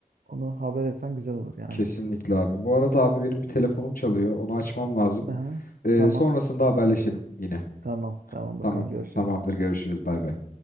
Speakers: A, on the right; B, on the left.
A: onu haber etsen güzel olur yani.
B: Kesinlikle abi. Bu arada abi benim bir telefonum çalıyor. Onu açmam lazım.
A: Aha,
B: Ee,
A: tamam
B: sonrasında haberleşelim yine.
A: tamam tamam bakalım
B: Tamam.
A: görüşürüz.
B: Tamamdır. Görüşürüz. Bay bay.